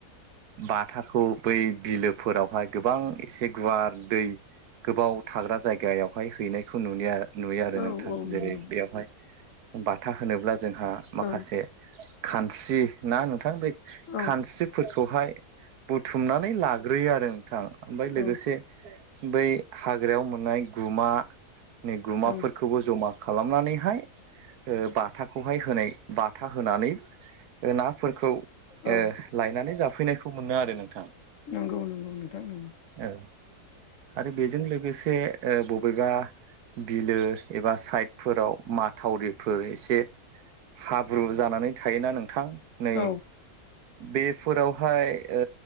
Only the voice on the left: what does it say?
औ
औ
नंगौ
औ
औ
औ
औ
औ
नंगौ नंगौ नोंथां नंगौ
औ